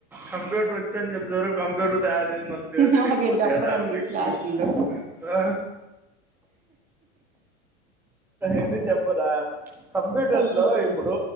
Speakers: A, in the centre; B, on the right.
A: కంప్యూటర్ వచ్చా అని జేప్తారు కంప్యూటర్ తయార్ దే నాన్ పేరు దేలియకపోతే
B: మాకే చెప్పరండి
A: ఏలారా మీకు
B: క్లాసుల్లో
A: ఆ ఎన్ని చెప్పరా కంప్యూటర్
B: చెప్పరు
A: లో ఇప్పుడు